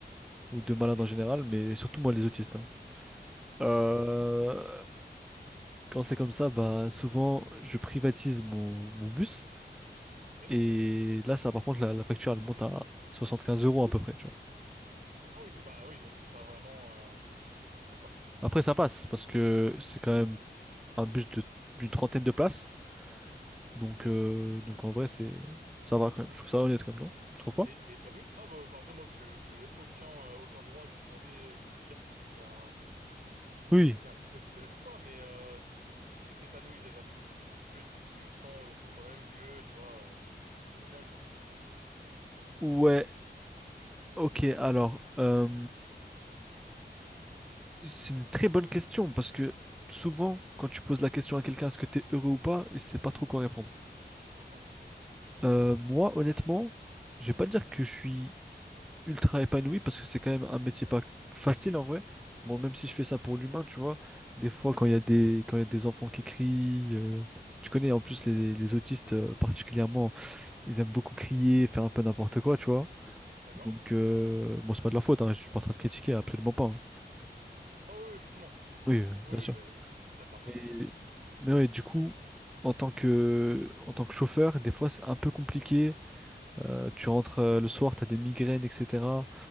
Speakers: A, in the centre; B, on the right.
A: ou de malades
B: Mhm.
A: en général, mais surtout moi, les autistes. hein. Euh,
B: D'accord.
A: quand c'est comme ça, bah, souvent, je privatise mon, mon bus.
B: Ok.
A: Et là, ça, par contre, la, la facture, elle monte à 75 euros à peu près, tu
B: Ah oui, bah oui, donc c'est pas vraiment. euh, D'accord.
A: Après, ça passe parce que c'est quand même un bus de d'une trentaine de places. Donc,
B: Ok.
A: euh, donc en vrai, c'est ça va quand même. Je trouve ça honnête quand même, non? Tu trouves pas?
B: T'es t'es épanoui? Ah bah enfin, après moi je j'ai aucun euh, aucun droit de demander ou de dire si si un
A: Oui.
B: si un business est honnête ou pas. Mais euh, est-ce que t'es épanoui déjà? Est-ce que tu sens au fond de toi-même que tu vois euh, t'es bien quoi?
A: Ouais, ok. Alors, euh, c'est une très bonne question parce que souvent, quand tu poses la question à quelqu'un, est-ce que t'es heureux ou pas, il sait pas trop quoi répondre.
B: Mhm.
A: Euh, moi, honnêtement, je vais pas dire que je suis. ultra épanoui parce que c'est quand même un métier pas facile en vrai. Bon, même
B: D'accord.
A: si je fais ça pour l'humain, tu vois, des fois quand
B: Ouais.
A: il y
B: ouais.
A: a des quand il y a des enfants qui crient, euh, tu connais en plus les, les autistes euh, particulièrement, ils aiment beaucoup crier, faire un peu n'importe quoi, tu vois.
B: D'accord.
A: Donc euh, bon, c'est pas de leur faute, hein, je suis pas en train de critiquer, absolument pas. hein.
B: Oh oui, oui, forcément.
A: Oui, euh,
B: Oui,
A: bien
B: oui,
A: sûr.
B: bah oui. C'est pas de leur faute
A: Mais
B: non plus. oui.
A: mais ouais, du coup, en tant que en tant que chauffeur, des fois c'est un peu compliqué. Euh, tu rentres euh, le soir, t'as des migraines, etc.